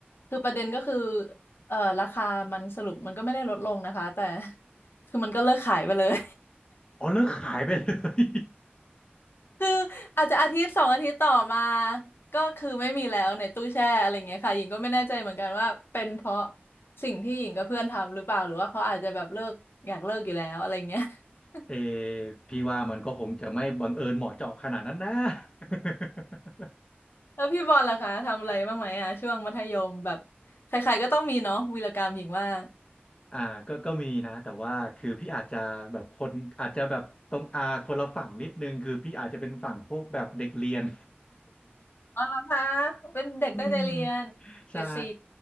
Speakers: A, on the left; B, on the left.
A: คือประเด็นก็คือเอ่อราคามันสรุปมันก็ไม่ได้ลดลงนะคะแต่ <laughs> คือมันก็เลิกขายไปเลย
B: <laughs> อ๋อเลิกขายไปเลย
A: <laughs> คืออาจจะอาทิตย์สองอาทิตย์ต่อมาก็คือไม่มีแล้วในตู้แช่อะไรเงี้ยค่ะหญิงก็ไม่แน่ใจเหมือนกันว่าเป็นเพราะสิ่งที่หญิงกับเพื่อนทำหรือเปล่าหรือว่าเขาอาจจะแบบเลิกอยากเลิกอยู่แล้วอะไรเงี้ย <laughs>
B: <laughs> เออพี่ว่ามันก็คงจะไม่บังเอิญเหมาะเจาะขนาดนั้นนะ <laughs>
A: แล้วพี่บอลล่ะคะทำอะไรบ้างไหมอ่ะช่วงมัธยมแบบใครๆก็ต้องมีเนาะวีรกรรมหญิงว่า
B: อ่าก็ก็มีนะแต่ว่าคือพี่อาจจะแบบคนอาจจะแบบตรงอาคนละฝั่งนิดนึงคือพี่อาจจะเป็นฝั่งพวกแบบเด็กเรียน
A: อ๋อเหรอคะเป็นเด็กตั้งใจเรียนเกรดสี่
B: อืมใช่